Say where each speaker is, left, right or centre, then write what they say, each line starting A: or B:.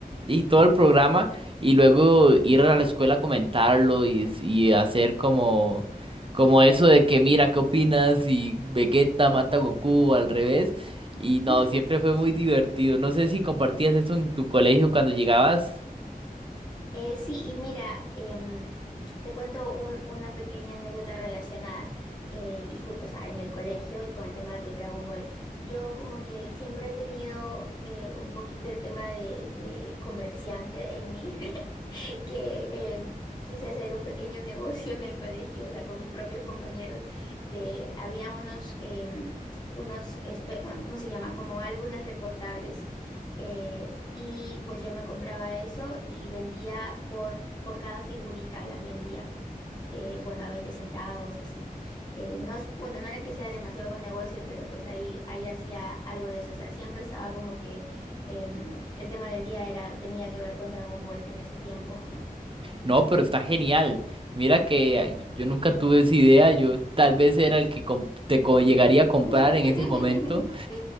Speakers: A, on the right (about 35°); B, on the left (about 25°).
A: y todo el programa y luego ir a la escuela a comentarlo y, y hacer como como eso de que mira, ¿qué opinas? Y Vegeta mata a Goku al revés. Y no,
B: <laughs>
A: siempre fue muy divertido. No sé si compartías eso en tu colegio cuando llegabas.
B: Eh, sí, y mira, em, te cuento un- una pequeña anécdota relacionada, eh, y ju- o sea, en el colegio y con el tema de Dragon Ball. Yo como que siempre he tenido eh, un poquito el tema de, de comerciante en mí, <laughs> que eh, quise hacer un pequeño <laughs> negocio en el colegio, o sea, con mis propios compañeros, de, había unos, em, unos, espe- ah, ¿cómo se llama? Como álbumes recortables, eh, y pues yo me compraba eso y vendía por, por cada figurita, las vendía, eh, bueno, a 20 centavos, así. Eh, no, es- bueno, no era que sea demasiado buen negocio, pero pues ahí, ahí hacía algo de eso, o sea, siempre estaba como que em, el tema del día era, tenía que ver con Dragon Ball en ese tiempo.
A: No, pero está genial. Mira que ah, yo nunca tuve esa idea. Yo tal vez era el que com- te co- llegaría a comprar
B: <laughs>
A: en ese momento.